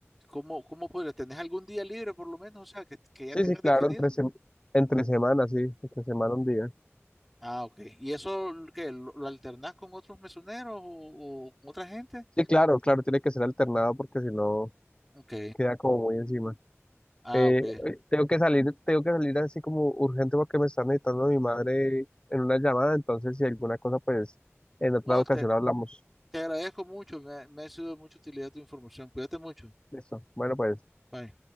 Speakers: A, in the centre; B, on the left.
A: ¿cómo, cómo podrías? ¿Tenés algún día libre por lo menos? O sea, que, que ya
B: Sí,
A: tengas
B: sí, claro,
A: definido.
B: entre, sem- entre semana, sí, entre semana un día.
A: Ah, ok. ¿Y eso qué? ¿Lo, lo alternás con otros mesoneros o, o con otra gente?
B: Sí, claro, claro, tiene que ser alternado porque si no
A: Ok.
B: queda como muy encima.
A: Ah,
B: Eh,
A: ok.
B: eh, tengo que salir, tengo que salir así como urgente porque me está necesitando mi madre en una llamada, entonces si alguna cosa pues en otra
A: No,
B: ocasión
A: te,
B: hablamos.
A: te agradezco mucho. Me, me ha sido de mucha utilidad tu información. Cuídate mucho.
B: Listo, bueno pues.
A: Bye.